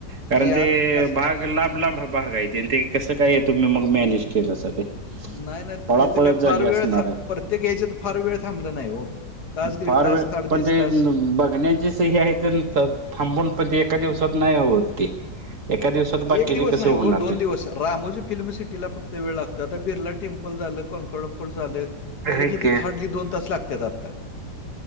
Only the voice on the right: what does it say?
कारण
ते
भाग लांब लांब भाग आहेत आणि ते कसं काय आहे
तुम्ही मग मॅनेज केलं अस ते
पळापळच
झाली
असणार आहे
फार
वेळ
पण ते
बघण्याची हे आहे थांबून पण ते एका दिवसात नाही ते एका दिवसात बाकीचे
कसे
होणार
ते
आहेत
की